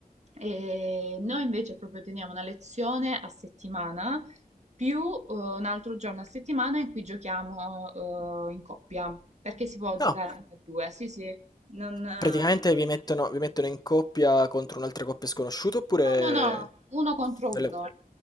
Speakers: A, on the right; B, on the left.
A: E noi invece proprio teniamo una lezione a settimana più eh, un altro giorno a settimana in cui giochiamo eh, in coppia, perché si può giocare
B: no,
A: anche a due, sì, sì, non, eh,
B: praticamente vi mettono, vi mettono in coppia contro un'altra coppia sconosciuta oppure...
A: No, no, Eh, no, uno contro
B: delle-
A: uno. ah,